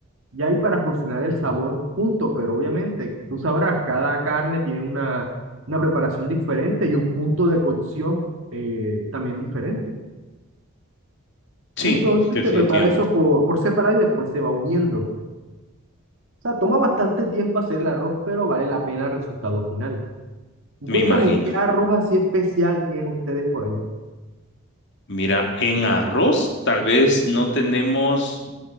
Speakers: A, on the right (about 60°); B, on the left (about 50°).
A: ya y para fusionar el sabor junto, pero obviamente tú sabrás, cada carne tiene una, una preparación diferente y un punto de cocción eh, también diferente.
B: Sí,
A: Entonces
B: definitivamente.
A: se prepara eso por, por separado y después se va uniendo. O sea, toma bastante tiempo hacer el arroz, pero vale la pena el resultado final. Y
B: Me
A: Cuéntame,
B: imagino.
A: ¿qué arroz así especial tienen ustedes por allá?
B: Mira, en arroz tal vez no tenemos